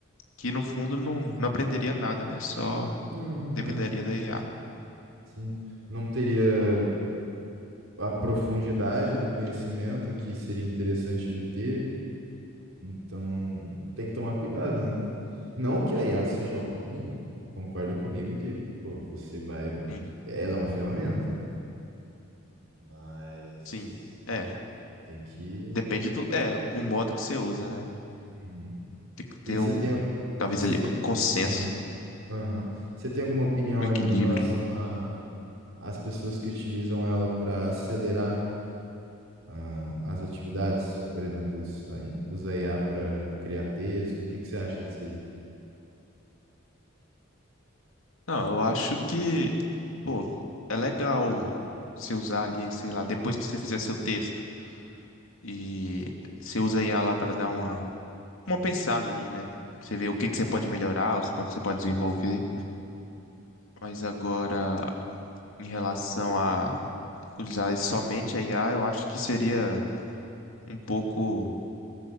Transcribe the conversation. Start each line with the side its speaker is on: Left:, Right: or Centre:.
Left: que no fundo não, não aprenderia nada, né? Só
Right: Não,
Left: dependeria
Right: é,
Left: da IA.
Right: sim. Não teria a profundidade do conhecimento que seria interessante ele ter. Então, tem que tomar cuidado, né? Não que a IA seja algo ruim, concorda comigo que, pô, você vai.
Left: Sim,
Right: Ela é uma ferramenta, mas
Left: sim. É,
Right: tem que
Left: depende do, é, o modo que você usa, né?
Right: Uhum.
Left: Tem que ter
Right: E você
Left: um,
Right: tem,
Left: talvez
Right: você
Left: ali,
Right: tem,
Left: um consenso,
Right: ah, aham. Você tem alguma opinião
Left: um equilíbrio.
Right: ali em relação a as pessoas que utilizam ela para acelerar ah, as atividades? Por exemplo, isso, aí, usa IA para criar texto. O que que você acha disso aí?
Left: Não, eu acho que, pô, é legal você usar ali, sei lá, depois que você fizer seu texto e você usa a IA lá para dar uma, uma pensada ali, né? Você vê o que
Right: Uhum.
Left: que você pode melhorar, os pontos que você pode desenvolver. Mas agora Em relação a usar somente a IA, eu acho que seria um pouco